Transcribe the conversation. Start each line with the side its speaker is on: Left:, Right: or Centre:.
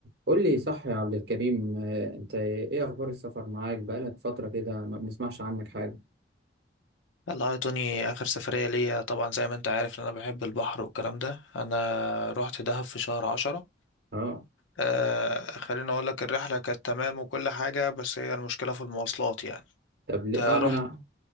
Right: قول لي صح يا عبد الكريم آه، انت ايه اخبار السفر معاك بقالك فترة كده ما بنسمعش عنك حاجة
Left: والله يا توني آخر سفرية ليا طبعا زي ما أنت عارف إن أنا بحب البحر والكلام ده أنا رحت دهب في شهر عشرة
Right: اه
Left: آه خليني أقول لك الرحلة كانت تمام وكل حاجة بس هي المشكلة في المواصلات يعني
Right: طب ليه
Left: أنت
Right: اه ما
Left: رحت
Right: انا